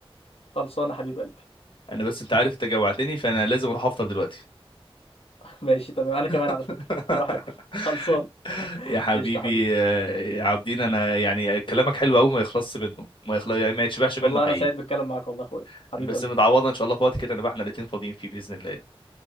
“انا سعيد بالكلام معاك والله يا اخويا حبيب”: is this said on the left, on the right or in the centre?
Left